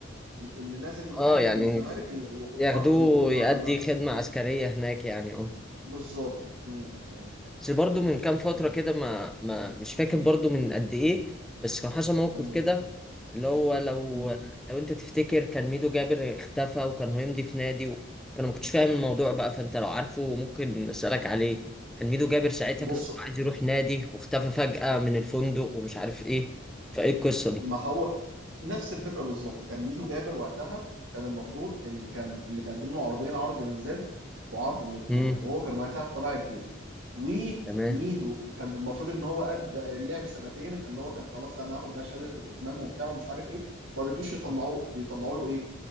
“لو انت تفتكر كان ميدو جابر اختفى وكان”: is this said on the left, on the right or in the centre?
Centre